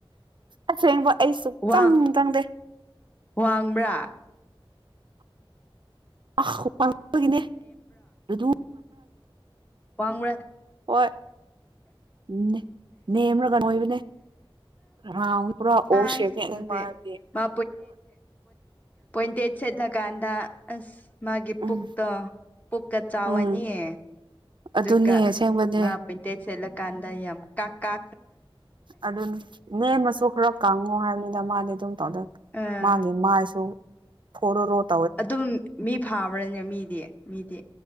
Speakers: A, on the right (about 55°); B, on the left (about 15°).
A: ꯑꯁꯦꯡꯕ ꯑꯩꯁꯨ
B: ꯋꯥ
A: ꯆꯪ ꯆꯪꯗꯦ
B: ꯋꯥꯡꯕ꯭ꯔꯥ
A: ꯑꯁꯄꯄꯒꯤꯅꯦ ꯑꯗꯨ
B: ꯋꯥꯉꯂ
A: ꯍꯣꯏ ꯎꯝ ꯅꯦꯝꯔꯒꯟ ꯑꯣꯏꯕꯅꯦ ꯍ ꯄꯨꯔꯥ ꯑꯣꯁꯕꯅꯦ
B: ꯑꯁ ꯑꯗꯨꯗꯤ
A: ꯅꯪ ꯃꯥꯕꯒꯤ
B: ꯃꯥ ꯄꯣꯏꯟꯇꯦꯁꯦꯣꯏꯟꯇꯦ ꯁꯦꯠꯂꯀꯥꯟꯗ ꯑꯁ ꯃꯥꯒꯤ ꯄꯨꯛꯇꯣ
A: ꯎꯝ
B: ꯄꯨꯛꯀ ꯆꯥꯎꯔꯅꯤꯌꯦ
A: ꯎꯝ ꯑꯗꯨꯅꯦ
B: ꯗꯨꯔꯒꯥ
A: ꯑꯁꯦꯡꯕꯅꯦ
B: ꯃꯥꯄꯤꯟꯇꯦꯁꯦꯂ ꯀꯥꯟꯗꯌꯥꯝ ꯀ ꯀꯥ
A: ꯑꯗꯨ ꯅꯦꯝꯃꯁꯨ ꯈꯔ ꯀꯥꯡꯉꯨ ꯍꯥꯏꯕꯅꯤꯅ ꯃꯥꯗꯤ ꯑꯗꯨꯝ ꯇꯗꯛ
B: ꯑꯥ
A: ꯃꯥꯒꯤ ꯃꯥꯏꯁꯨ ꯐꯣꯔꯣꯔꯣꯠ
B: ꯑꯗꯨꯝ ꯃꯤ ꯐꯥꯕ꯭ꯔꯥꯅꯦ ꯃꯤꯗꯤ ꯃꯤꯗꯤ